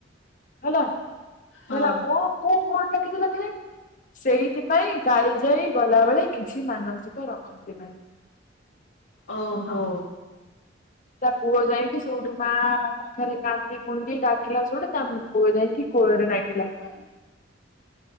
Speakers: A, on the left; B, on the left.
A: ହେଲା
B: ହଁ
A: ହେଲା କୋଉ କୋଉ କଣ ଦେଖିଥିଲେ ସେ? ସେଇଥିପାଇଁ କାଳିଜାଇ ଗଲାବେଳେ କିଛି ମାନସିକ ରଖନ୍ତି ନାହିଁ।
B: ଓହୋ।
A: ତା ପୁଅ ଯାଇଛି ସେଉଠୁ ମା ପାଖରେ କାନ୍ଦି କୁଣ୍ଡି ଡାକିଲା ସେଇଠୁ ତା ପୁଅ ଯାଇକି କୋଳ ରେ ନାଗିଲା।
B: <unintelligible>